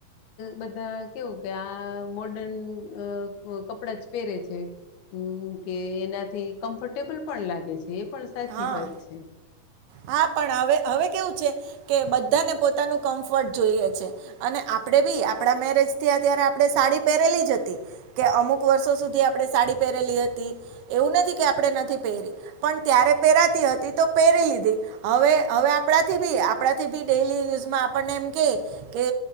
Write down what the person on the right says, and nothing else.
હા
હા પણ હવે હવે કેવું છે કે બધ બધા ને પોતાનું કમ્ફર્ટ જોઈએ છે અને આપડે બી આપણા મેરેજ થીયા ત્યારે આપણે સાડી પહેરે લી જ હતી કે અમુક વર્ષો સુધી આપણે સાડી પહેરેલી હતી એવું નથી કે આપણે નથી પહેરી પણં ત્યારે પહેરાતી હતી તો પહેરી લીધી હવે હવે આપણાથી બી આપણાથી બી ડેલી યુઝમાં આપણને એમ કે કે